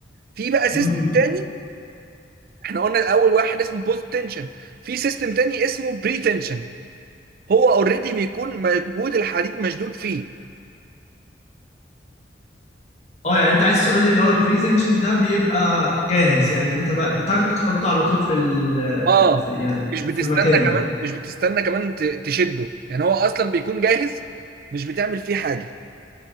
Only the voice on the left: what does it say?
مم.
اه يعني انت عايز تقول لي اللي هو البري تنشن ده بيبقى جاهز يعني انت بقى بتاخده تحطه على طول في ال
في في- يعني
في مكانه